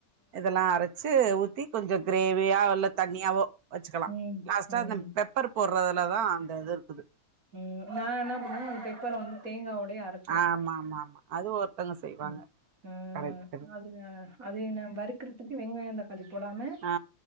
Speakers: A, on the right (about 80°); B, on the right (about 65°).
A: இதெல்லா அரச் சி ஊத்தி கொஞ்ச கிரேவியா இல்ல தண்ணியாவோ வச்சுக்கலா
B: ம்.
A: லாஸ்ட்டா
B: ம்.
A: அந்த பெப் ப்பர் போடுறதுலதா அந்த இது இருக்குது
B: ம் நா என்ன பண்ணுவே அந்த பெப்பர வந்து தேங்காவோடையே அரச்
A: ஆமா ஆமா ஆமா அது ஒருத்தங்க செய்வாங்க
B: ம். அ
A: கரெட் கரெட்
B: அது அது நா வறுக்கறதுக்கு வெங்காய தக்காளி போடாம
A: ஆ